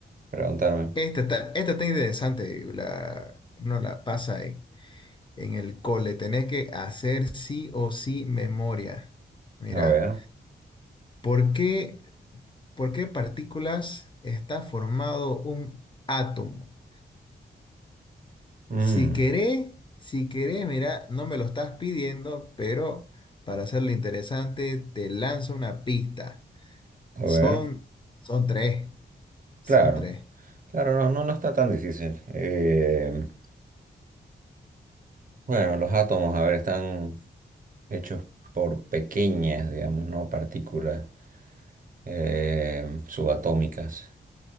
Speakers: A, on the right (about 40°); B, on the left (about 25°).
A: preguntarme.
B: Esta está, esta está interesante, la, uno la pasa En el cole tenés que hacer sí o sí memoria. Mira,
A: A ver.
B: ¿por qué, por qué partículas está formado un átomo?
A: mm,
B: Si querés, si querés, mira, no me lo estás pidiendo, pero para hacerlo interesante, te lanzo una pista.
A: a
B: Son,
A: ver.
B: son tres, son
A: Claro.
B: tres.
A: Claro, no, no, no está tan difícil. Eh, bueno, los átomos, a ver, están hechos por pequeñas, digamos, no partículas. eh, subatómicas.